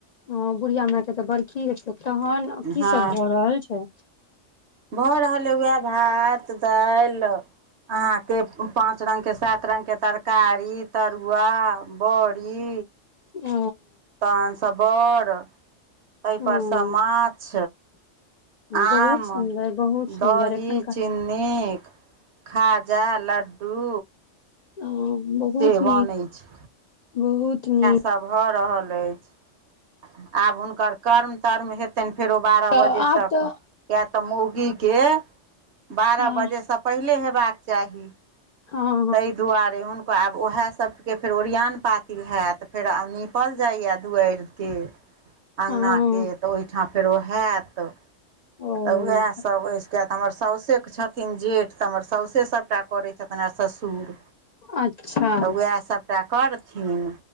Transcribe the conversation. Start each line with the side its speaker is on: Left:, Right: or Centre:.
Left: ह बुढ़िया मॉं के तऽ बरखि हेतै तहन की
Right: हँ
Left: सब भौ रहल छै।
Right: भऽ रहल हे वहै भात दाईल अहा के पाँच रङ्गके सात रङ्गके तरकारी तरुआ बोरी।
Left: ओ
Right: तोहनसँ बोर तहि
Left: हँ
Right: परसँ माछ आम,
Left: बहुत सुन्दर बहुत सुन्दर
Right: दोही,
Left: एखनका
Right: चिन्नी खाजा, लड्डू
Left: हँ बहुत
Right: से
Left: नीक
Right: बोनै छै
Left: बहुत नीक
Right: भऽ रहल अछि आब हुनकर कर्म तर्म हेतै। फेरो बारह
Left: तऽ
Right: बजे
Left: आब
Right: तक
Left: तऽ
Right: किया त मौसी के बारह
Left: हँ
Right: बजे- पहिले हेबाक चाही
Left: हँ
Right: तहि दुआरे। हुनकर आब ओएह सबके फेर ओरियन पातिल होयत फेर निपल जाइय दुआरि। के अँगनाके
Left: हँ हँ
Right: तऽ ओहिठाम फेरो होयत
Left: ओ
Right: तऽ उएहसभ अछि क हमर साउसेके छथिन जेठ तऽ हमर साउसे सभटा करै छथिन आ ससुर।
Left: अच्छा
Right: तऽ उएह सभटा करथिन